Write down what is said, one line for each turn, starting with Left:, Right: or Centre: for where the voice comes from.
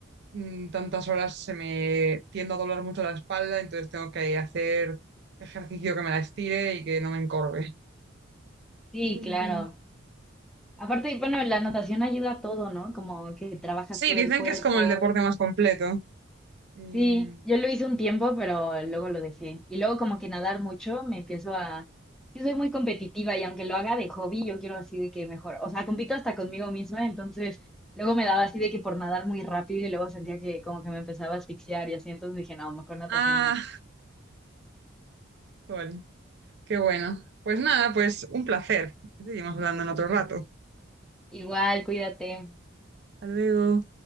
Right: mm, tantas horas se me tiende a doblar mucho la espalda, entonces tengo que hacer ejercicio que me la estire y que no me encorve.
Centre: Sí,
Right: Entonces,
Centre: claro. Aparte, bueno, la natación ayuda a todo, ¿no? Como que trabajas
Right: Sí,
Centre: todo
Right: dicen
Centre: el cuerpo,
Right: que es como el deporte más completo. Y...
Centre: Sí, yo lo hice un tiempo, pero luego lo dejé. Y luego como que nadar mucho, me empiezo a... Es que soy muy competitiva y aunque lo haga de hobby, yo quiero así de que mejor. O sea, compito hasta conmigo misma, entonces luego me daba así de que por nadar muy rápido y luego sentía que como que me empezaba a asfixiar y así, entonces dije, no, mejor natación
Right: Ah,
Centre: no.
Right: bueno, qué bueno. Pues nada, pues un placer. Seguimos hablando en otro rato.
Centre: Igual, cuídate.
Right: Hasta luego.